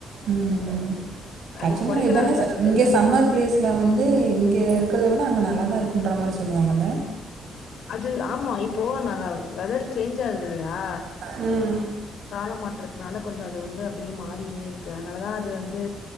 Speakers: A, on the right; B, on the left.
A: ம்
B: அது
A: ஆக்சுவலா
B: கொடைக்கானல்
A: இதானே
B: பத்தி
A: இங்க
B: தெர்ல
A: சம்மர் பிளேஸ்ல வந்து இங்க இருக்குறத விட அங்க நல்லா தா இருக்குன்ற மாரி சொல்லுவாங்கல்ல
B: அது ஆமா இப்போ நா வெதர் சேஞ்ச் ஆகுது இல்லியா
A: ம்
B: கால மாற்றத்னால கொஞ்சோ அது வந்து அப்டியே மார் ரினே இருக்கு அதுனால தா அது வந் து